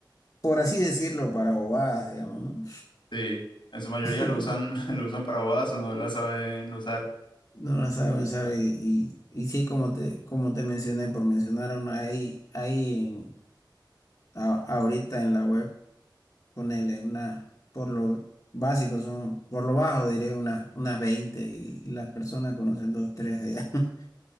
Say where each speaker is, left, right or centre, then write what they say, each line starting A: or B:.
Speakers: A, on the left; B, on the left.
A: por así decirlo, para bobadas, digamos, ¿no?
B: Sí, en su mayoría
A: <laughs>
B: lo usan, <laughs> lo usan para bodas o no la saben usar.
A: No la sabe usar y, y, y sí, como te, como te mencioné, por mencionar una ahí, ahí en, a- ahorita en la web. ponerle una, por lo básico, son, por lo bajo diré unas, unas 20 y, y las personas conocen dos, tres de allá. <laughs>